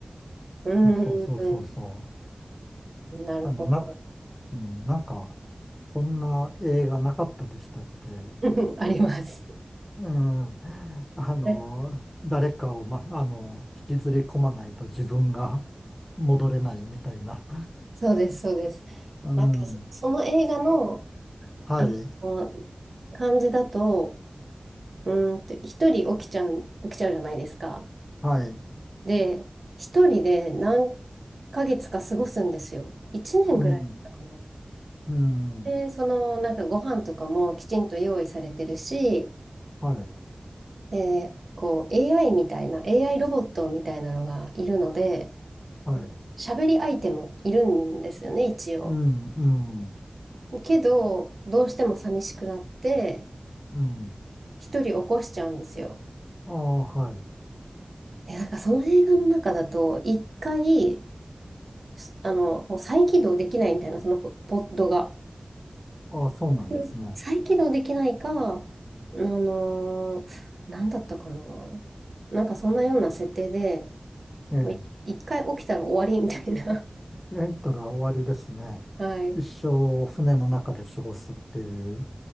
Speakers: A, on the right; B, on the left.
A: うんうん
B: そうそうそうそ
A: うん。なるほど。
B: う。あの、な、うん、なんか、そんな映画なかったでしたっけう
A: <laughs> あります。
B: ん。あの、
A: ね
B: 誰かを、ま、あの、引きずり込まないと自分が戻れないみたいな。
A: そうです、そうです。
B: うん。
A: なんか、そその映画の、
B: はい。
A: あの、感じだと、うーんと、一人起きちゃう、起きちゃうじゃないですか。
B: はい。
A: で、一人で何ヶ月か過ごすんですよ。一年ぐらいだったかな。
B: うん。うん。
A: で、その、なんかご飯とかもきちんと用意されてるし、
B: はい。
A: で、こう、AI みたいな、AI ロボットみたいなのがいるので、
B: はい。
A: 喋り相手もいるんですよね、一応。
B: うん。うん。
A: けど、どうしても寂しくなって、
B: うん。
A: 一人起こしちゃうんですよ。
B: ああ、はい。
A: で、なんかその映画の中だと、一回、すあの、もう再起動できないみたいな、そのポ、ポッドが。
B: ああ、そうなんですね。
A: え再起動できないか、あのーなんだったかな。なんかそんなような設定で、
B: ええ。
A: もうい一回起きたら終わりみたいな。
B: 入ったら終わりですね。
A: <laughs> はい。
B: 一生船の中で過ごすっていう。